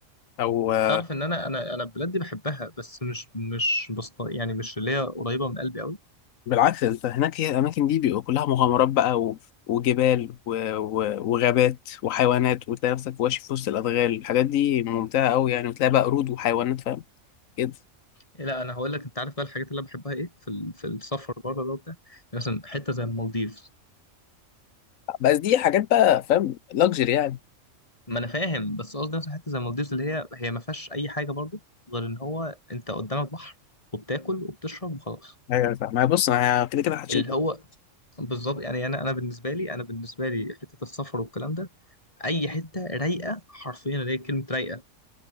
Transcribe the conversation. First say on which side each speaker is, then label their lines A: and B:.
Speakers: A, on the left (about 85°); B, on the left (about 25°).
A: او آه،
B: تعرف ان انا انا انا البلاد دي بحبها بس مش مش بسط... يعني مش اللي هي قريبة من قلبي قوي
A: بالعكس انت هناك هي الاماكن دي بيبقى كلها مغامرات بقى و... وجبال و... و... وغابات وحيوانات وتلاقي نفسك ماشي في وسط الادغال الحاجات دي ممتعه قوي يعني وتلاقي بقى قرود وحيوانات فاهم كده
B: لا انا هقول لك انت عارف بقى الحاجات اللي انا بحبها ايه في ال... في السفر بره ده وبتاع يعني مثلا حتة زي المالديف
A: بس دي حاجات بقى فاهم لاكجري يعني
B: ما انا فاهم بس قصدي مثلا حته زي المالديفز اللي هي هي ما فيهاش اي حاجه برضو غير ان هو انت قدامك بحر وبتاكل وبتشرب وخلاص
A: ايوه فاهم ما هي بص ما هي كده كده محدش
B: اللي
A: يقدر
B: هو بالظبط يعني انا انا بالنسبه لي انا بالنسبه لي حته السفر والكلام ده اي حته رايقه حرفيا اللي هي كلمه رايقه